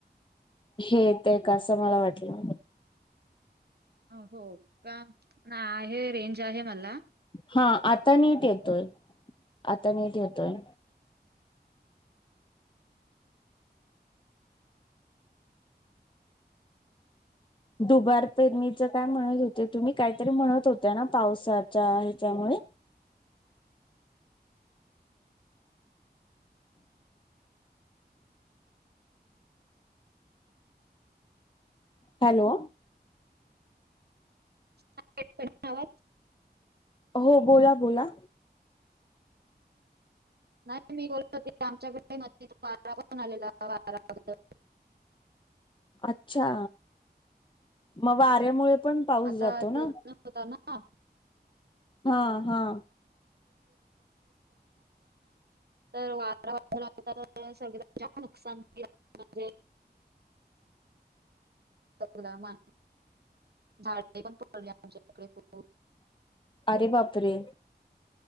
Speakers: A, on the left (about 30°); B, on the right (about 65°).
A: हे ते का असं मला वाटलं
B: हं हो का ना आहे रेंज आहे मला
A: हा आता नीट येतोय, आता नीट येतोय दुबार पेरणीचं काय म्हणत होते तुम्ही काहीतरी म्हणत होत्या ना पावसाच्या ह्याच्यामुळे
B: <inaudible>
A: हॅलो
B: आ ये तो ये न आवाज
A: हो बोला, बोला
B: नाही मी बोलत होती आमच्याकड म वारावरून आलेला वारा द
A: अच्छा म वाऱ्यामुळे पण पाऊस
B: आता
A: जातो ना
B: लग्न होता ना <inaudible>
A: हा हा
B: तर वार वाद ळ आ ल त्याच सग च्या नुकसान केलं म्हणजे गुला मा झाडे पण पडले आमच्या इकडे खुप
A: अरे बाप रे!